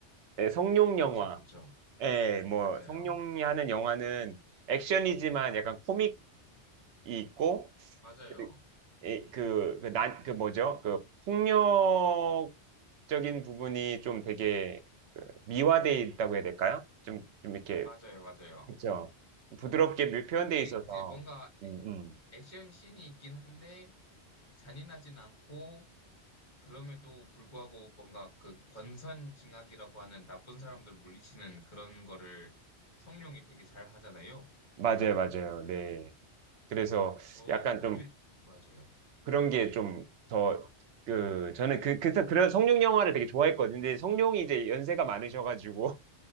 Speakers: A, on the right (about 80°); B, on the left (about 40°).
A: 예, 성룡 영화.
B: 그쵸, 그쵸.
A: 예, 뭐
B: 맞아요.
A: 성룡이 하는 영화는 액션이지만 약간 코믹이 있고
B: 맞아요.
A: 그리 예, 그, 그, 난, 그 뭐죠? 그 폭력적인 부분이 좀 되게 그 미화돼 있다고 해야 될까요? 좀, 좀 이렇게,
B: 맞아요, 맞아요.
A: 그쵸? 부드럽게 묘- 표현돼
B: 그,
A: 있어서.
B: 이제 뭔가
A: 음, 음.
B: 액션 씬이 있긴 한데, 잔인하진 않고, 그럼에도 불구하고 뭔가 그 권선징악이라고 하는 나쁜 사람들 물리치는 그런 거를 성룡이 되게 잘 하잖아요.
A: 맞아요, 맞아요. 네. 그래서
B: 더
A: 약간
B: 어릴,
A: 좀
B: 맞아요.
A: 그런 게 좀 더, 그, 저는 그, 그래서 그런 성룡 영화를 되게 좋아했거든요. 근데 성룡이 이제 연세가 많으셔가지고,